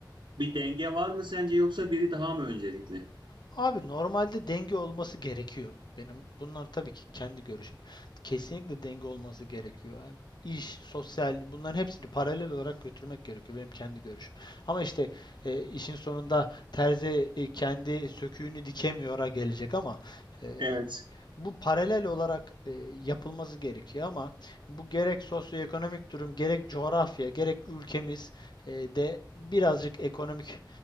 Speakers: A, on the right; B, on the left.
A: bir denge var mı sence yoksa biri daha mı öncelikli?
B: Abi normalde denge olması gerekiyor. Benim bunlar tabii ki kendi görüşüm. Kesinlikle denge olması gerekiyor. Yani İş, sosyal bunların hepsini paralel olarak götürmek gerekiyor. Benim kendi görüşüm. Ama işte e, işin sonunda terzi e, kendi söküğünü dikemiyor'a gelecek ama e,
A: Evet.
B: bu paralel olarak e, yapılması gerekiyor ama bu gerek sosyoekonomik durum, gerek coğrafya, gerek ülkemiz e, de birazcık ekonomik